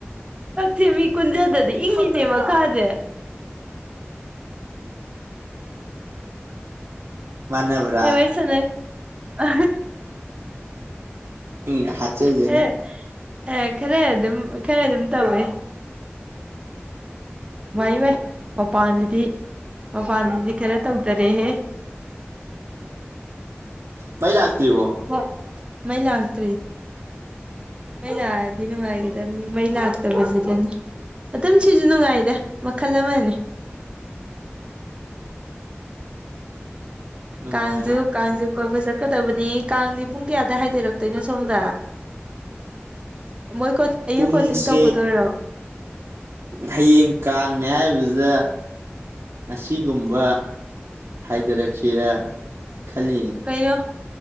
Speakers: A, on the right; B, on the right.
A: ꯀꯛꯁꯦ ꯃꯤ ꯀꯨꯟꯖꯗꯗꯤ ꯏꯪꯉꯤꯅꯦꯕ ꯀꯥꯁꯦ
B: ꯃꯥꯟꯅꯕ꯭ꯔꯥ
A: ꯍ ꯋꯥꯁ ꯅ ꯑ
B: ꯎꯝ ꯍꯥꯠꯆꯖꯅꯤ
A: ꯍ ꯑꯦ ꯈꯔ ꯑꯗꯨꯝ ꯈꯔ ꯑꯗꯨꯝ ꯇꯧꯋꯦ ꯋꯥꯏ ꯥꯏ ꯃꯄꯥꯟꯗꯗꯤ ꯃꯄꯥꯟꯗꯗꯤ ꯈꯔ ꯇꯧꯗꯔꯦꯍꯦ
B: ꯐꯩ ꯂ ꯂꯥꯛꯇꯔꯤꯕꯣ
A: ꯍ ꯃꯩꯂ ꯍꯥꯇꯔꯤ ꯃꯩ ꯂꯥꯛꯑꯗꯤ ꯅꯨꯡꯉꯥꯏꯒꯗꯕꯅꯤ ꯃꯩ ꯂꯥꯛꯇꯕꯁꯤꯗꯅꯤ ꯑꯗꯨꯝ ꯁꯤꯁꯨ ꯅꯨꯡꯉꯥꯏꯗ ꯃꯈꯜ ꯑꯃꯅꯦ
B: ꯅꯨꯡꯉꯥꯏ
A: ꯀꯥꯖꯨ ꯀꯥꯖꯨ ꯀꯣꯏꯕꯣꯏ ꯆꯠꯀꯗꯕꯅꯤ ꯀꯥꯡꯗꯤ ꯄꯨꯡ ꯀꯌꯥꯗꯏ ꯍꯥꯏꯗꯔꯛꯇꯣꯏꯅꯣ ꯁꯣꯝꯗ ꯃꯣꯏ ꯀꯣ ꯑꯌꯨꯛ
B: ꯄꯨꯡꯁꯦ
A: ꯀꯣꯆꯤꯡ ꯇꯧꯒꯗꯣꯏꯔꯣ
B: ꯍꯌꯦꯡ ꯀꯥꯡꯅꯦ ꯍꯥꯏꯗꯨꯗ ꯑꯁꯤꯒꯨꯝꯕ ꯍꯥꯏꯖꯔꯛꯁꯤꯔ ꯈꯜꯂꯤꯅꯤ
A: ꯀꯩꯅꯣ